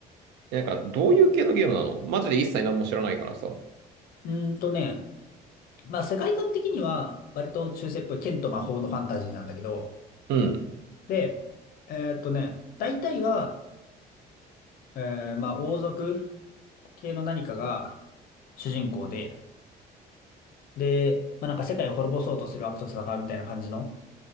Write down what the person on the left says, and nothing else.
うーんとね、まあ世界観的には割と中世っぽい剣と魔法のファンタジーなんだけど、
で、えーっとね、大体が、えーまあ王族系の何かが主人公で、で、まあなんか世界を滅ぼそうとする悪と戦うみたいな感じの、